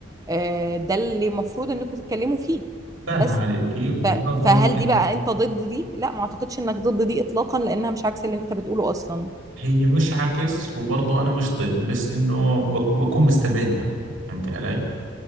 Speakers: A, on the right; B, on the right.
A: آه، ده اللي المفروض انكم تتكلموا فيه
B: فاهم
A: بس
B: عليكي وهذا
A: ف-
B: ممكن
A: فهل دي بقى انت ضد دي لا ما اعتقدش انك ضد دي اطلاقا لانها مش عكس اللي انت بتقوله اصلا
B: هي مش عكس وبرضه انا مش ضد بس انه بك- بكون مستبعدها فهمت علي